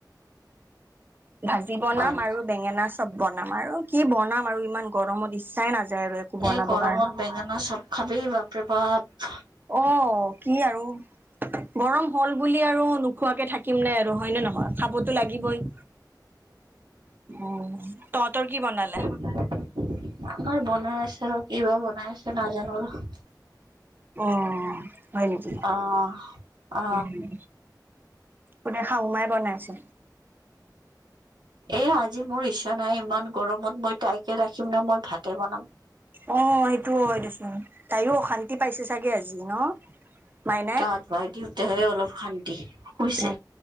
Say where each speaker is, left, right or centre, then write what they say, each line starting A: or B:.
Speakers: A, on the right; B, on the right.
A: ভাজি বনাম
B: হয় নেকি
A: আৰু বেঙেনা চব বনাম আৰু কি বনাম আৰু ইমান গৰমত ইচ্ছাই নাযায় আৰু একো বনাব
B: এই গৰমত
A: কাৰণে
B: বেঙেনা চপ খাবি বাপৰে বাপ।
A: অ', কি আৰু গৰম হ'ল বুলি আৰু নোখোৱাকে থাকিম নাই আৰু হয় নে নহয় খাবতো লাগিবই। উম, তহতৰ কি বনালে?
B: আমাৰ বনাই আছে ৰ' কি বা বনাই আছে নাজানো আৰু।
A: অ', হয় নেকি
B: অ অ
A: উম। কোনে শাহুমাই বনাইছে?
B: এ আজি মোৰ ইচ্ছা নাই ইমান গৰমত মই তাইকে ৰাখিম নে মই ভাতে বনাম।
A: অ', সেইটোও হয় দেচোন তাইো অশান্তি পাইছে চাগে আজি ন? মাইনাই?
B: গা ধুৱাই দিওঁতেহে অলপ শান্তি শুইছে।
A: অ